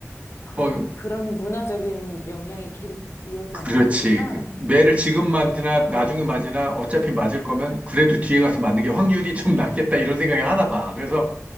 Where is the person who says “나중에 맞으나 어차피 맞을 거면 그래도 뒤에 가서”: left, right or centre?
Right